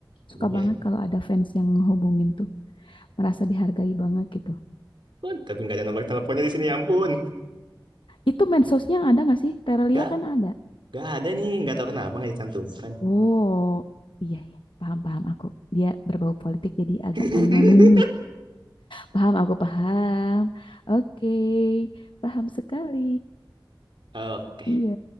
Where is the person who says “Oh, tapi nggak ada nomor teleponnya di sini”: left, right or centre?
Right